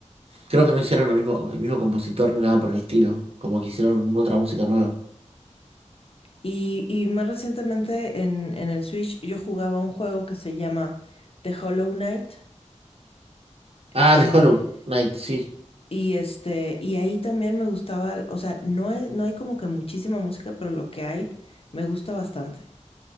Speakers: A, on the right (about 50°); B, on the left (about 50°).
A: creo que no hicieron lo mismo, el mismo compositor ni nada por el estilo. Como que hicieron otra música nueva.
B: Y, y más recientemente en, en el Switch yo jugaba un juego que se llama The Hollow Knight.
A: Ah,
B: eh,
A: The Hollow Knight, sí.
B: y este, y ahí también me gustaba, o sea, no es, no hay como que muchísima música, pero lo que hay me gusta bastante.